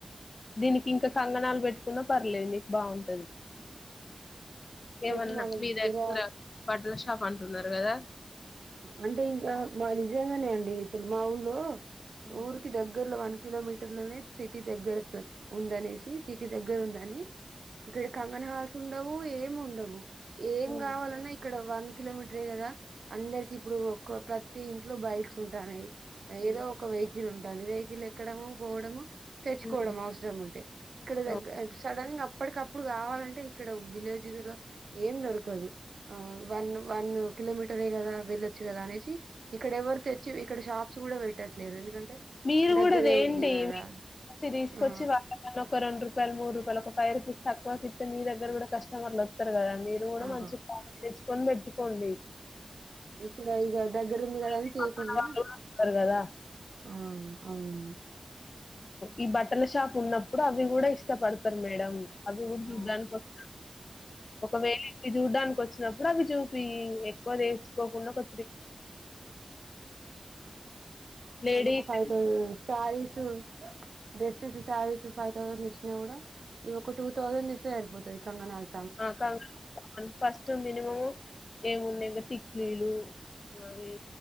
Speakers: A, on the left; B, on the right.
A: దీనికి ఇంకా కంగణాలు పెట్టుకున్నా పర్లేదుం బాగుంటది ఏవన్నా
B: అయితే మా దగ్గర
A: మీద పట్ల షాప న్నారు మీదా
B: అంటే ఇంకా మ గానే అండి సుల్ మా ఊలు
A: హ్మ్.
B: ఊరికి దగ్గర్లో వనికి కిలోమీటర్ లోనే సిటీ దగ్గర ఉందనేసి సిటీ దగ్గర ఉందని ఇక్కడ కంగన హాల్స్ ఉండవు ఏమి ఉండవు ఏం
A: హ్మ్.
B: కావాలన్నా ఇక్కడ వా కిలోమీటర్ేగదా అందరికి ఇప్పుడు ఒక్క ప్రతి ఇంట్లో బైక్స్ ఉంటాయి
A: హ్మ్.
B: ఏదో ఒక వై వెకిల్ ఉంటుంది వెహికల్ ఎక్కడము పోవడము తెచ్చుకోవడం
A: హ్మ్.
B: అవసరం ఉంటే ఇక్కడ దగ్గర
A: ఓకే.
B: సడన్ గా అప్పటికప్పుడు కావాలంటే ఇక్కడ విలేజ్ లో ఏం దొరకదు వన్ వన్ కిలోమీటర్ ే కదా వెళ్ళొచ్చు కదా అనేసి ఇక్కడ ఎవరి తెచ్చి ఇక్కడ షాప్స్ కూడా పెట్టట్లేదు ఎందుకంటే
A: మీరు
B: దగ్గరే
A: కూడాద ఏంటిడి
B: ఉంది కదా
A: తీసుకొచ్చి
B: ఆ
A: వాతావరణం ఒక రెండు రూపాయ మూడు రూపాయలు ఒక ఫైవ రూస్ తక్కువ కిే మీ దగ్గర కూడా కటమర్లు వస్తారుదడి మీరు కూడా
B: ఆ
A: మంచి ప కొనిబెట్టుకోండి
B: ఇక్కడ ఇక దగ్గరు ఉంది కదా అది
A: మీ
B: చేయకుండా
A: పక్కన వాళ్ళు కూడా వస్తారు కదా
B: ఆ అవును
A: ఈ బట్టల షాప్ ఉన్నప్పుడు అవి కూడా ఇష్టపడతారు మేడం అభ ఉనికి
B: ఆ
A: కోస్తా ఒక వేలి ఇ చూ దానికి వచ్చినప్పుడు అవి చూపి ఎక్కువ తెేర్చుకోకుండా కొ లేడీస్
B: అకు ఫైద సార స డెస్స్ సారి సఫయిత నిీచిన కూడా ఇవకు టటుూ తౌసండ్ ఇష్ట ఇర్బోు కంగణాలు
A: అకా ఫస్ట్ మినిమ ఏమున్నా ఇ టిక్లీలు అవి